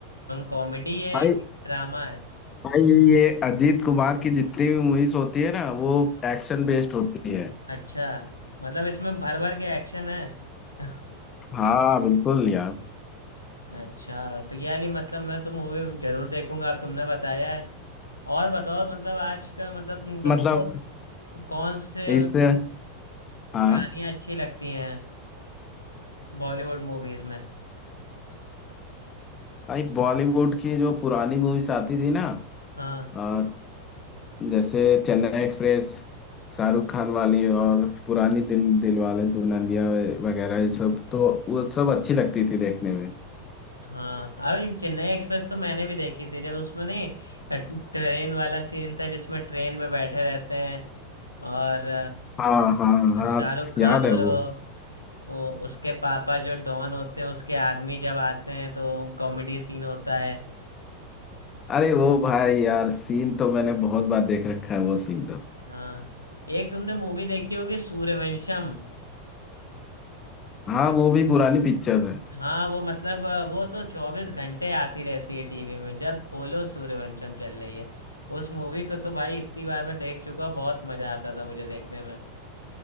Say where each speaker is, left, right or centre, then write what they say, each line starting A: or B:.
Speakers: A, on the left; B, on the left.
A: कॉमेडी है
B: भाई
A: कि ड्रामा है
B: भाई ये अजीत कुमार की जितनी भी मूवीज होती है ना वो एक्शन बेस्ड होती है
A: अच्छा मतलब इसमें भर भर के एक्शन है <laughs>
B: हाँ बिल्कुल यार
A: अच्छा तो यार ये मतलब मैं तो मूवी जरूर देखूंगा अब तुमने बताया है और बताओ मतलब आज का मतलब तुम- तुमको
B: मतलब
A: कौन से
B: इससे हाँ
A: कहानियां अच्छी लगती हैं बॉलीवुड मूवीज में
B: भाई बॉलीवुड की जो पुरानी मूवीज आती थी ना
A: हाँ
B: और जैसे चेन्नई एक्सप्रेस शाहरुख खान वाली और पुरानी दिल दिल वाले दुल्हनिया वगैरह ये सब तो वो सब अच्छी लगती थी देखने में
A: हाँ अभी चेन्नई एक्सप्रेस तो मैंने भी देखी थी जब उसमें नहीं ट्रेन वाला सीन था जिसमें ट्रेन में बैठे रहते हैं और
B: हाँ हाँ
A: अ,
B: हाँ
A: शाहरुख खान
B: याद
A: और
B: है वो
A: वो, वो उसके पापा जो डॉन होते हैं उसके आदमी जब आते हैं तो कॉमेडी सीन होता है
B: अरे वो भाई यार सीन तो मैंने बहुत बार देख रखा है वो सीन तो
A: हाँ एक तुमने मूवी देखी होगी सूर्यवंशम
B: हाँ वो भी पुरानी पिक्चर है
A: हाँ वो मतलब अ, वो तो चौबीस घंटे आती रहती है टीवी में जब खोलो सूर्यवंशम चल रही है उस मूवी को तो भाई इतनी बार मैं देख चुका हूँ बहुत मजा आता था मुझे देखने में